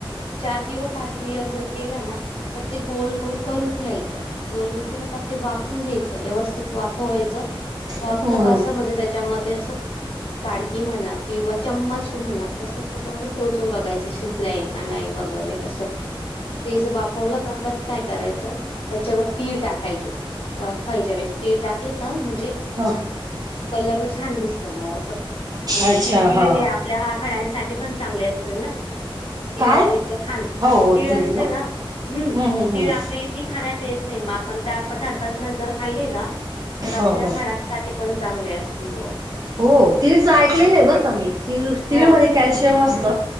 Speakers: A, on the left; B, on the right.
A: चार किंवा पाच
B: अच्छा
A: लीअर
B: हा.
A: जर केला, ना तर ते गोल गोल करून घ्यायचं. गोल गोल केलं का ते, वापफवून घ्यायचं व्यवस्थित वाफवायचं वाफलं
B: हम्म
A: का, कसं म्हणजे त्याच्यामध्ये अस काडकी म्हणा किंवा चम्मच म्हणा कस त्याच्यामध्ये टोचून बघायच शिजलाय. का नाही वगैरे असं तेच वाफवलं कापाच काय करायचं? त्याच्यावर तीळ टाकायचे वाफायच्या वेळेस तीळ टाकली का म्हजे?
B: हा.
A: कलर छान दिसत बो अस आणि
B: अच्छा
A: की तीळ
B: हा.
A: हे आपल्या हाडांनसा साठी पण चांगले असतय ना तीळ
B: काय?
A: आपलं इतकं खाण
B: हो हो
A: तीळ
B: तीड
A: असते, ना हम्म
B: हम्म
A: तीळ
B: हम्म.
A: आपली इतकी खाण्यात येत नाही म आपण त्या पदार्थातन जर खाल्ली ना तर आपल्या
B: हो हो.
A: हाडांसाठी पण चांगले असते ग.
B: हो तीळचं ऐकलेलं हाय बरं का मी तीळ
A: हो
B: तीळ मध्ये कॅल्शियम असत.